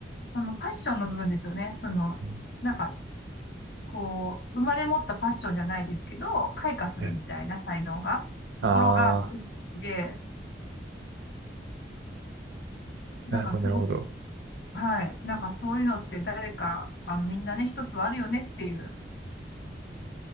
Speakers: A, on the left (about 75°); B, on the right (about 75°).
A: そのパッションの部分ですよね。その、
B: うん
A: なんか、こう、生まれ持ったパッションじゃないですけど、開花するみたいな才能が、
B: はい。
A: ところが、
B: ああ、
A: すごくで、なんかすごく、
B: なるほど、なるほど。
A: はい、なんかそういうのって誰か、あの、みんなね、一つはあるよねっていう、